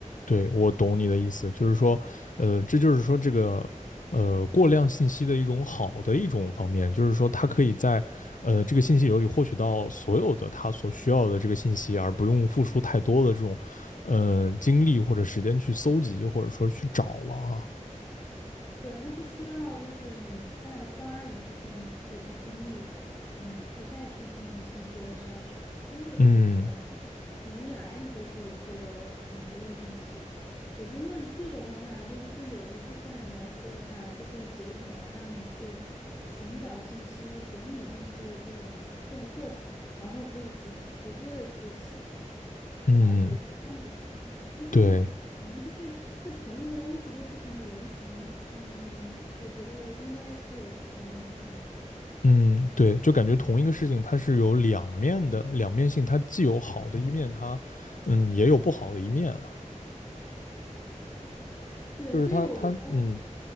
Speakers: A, on the left; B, on the left.
A: 对，我懂你的意思，就是说，呃，这就是说这个，呃，过量信息的一种好的一种方面，就是说他可以在，呃，这个信息流里获取到所有的他所需要的这个信息，而不用付出太多的这种，呃，精力或者时间去搜集，或者说去找了啊。
B: 对，它不需要就是你再花一部分就是精力，你去再去进行信息的筛选，就是你可能
A: 嗯
B: 你一来你就可以获得很多的信息。我觉得这个的话，就是对有一部分人来说的话，就可以节省了他们去寻找信息、整理信息的这种这种过程，然后可以直直接的去思考，
A: 嗯，
B: 然后得出他们的结论。就是可能就是对同一个东西，
A: 对，
B: 对不同的人群，嗯你我觉得应该是有不同的影响的吧。
A: 嗯对，就感觉同一个事情它是有两面的，两面性，它既有好的一面，它，嗯，也有不好的一面啊。
B: 对，
A: 就是他他嗯，
B: 所以我觉得